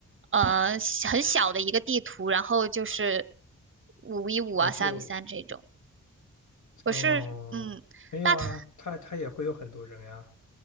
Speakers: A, on the right; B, on the left.
A: 呃很小的一个地图，然后就是五 v 五啊三
B: 我就，
A: v 三这种。我是嗯大逃。
B: 哦，没有啊，他他也会有很多人呀，